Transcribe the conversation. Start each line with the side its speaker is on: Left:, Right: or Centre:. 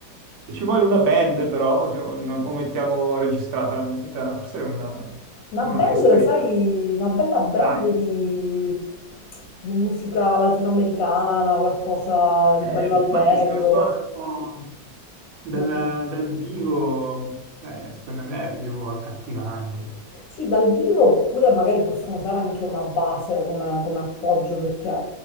Right: ci vuole una band però, cioè, o no- o mettiamo registrata la musica, forse è una,
Left: Una
Right: un'orchestrina.
Left: band, sai, una bella band
Right: Dai.
Left: di, di musica latinoamericana, qualcosa di
Right: Eh,
Left: bello allegro.
Right: infatti se lo suonano dal,
Left: Mm.
Right: dal vivo, eh, secondo me è più accattivante.
Left: Sì, dal vivo oppure magari possono usare anche una base come, come appoggio perché è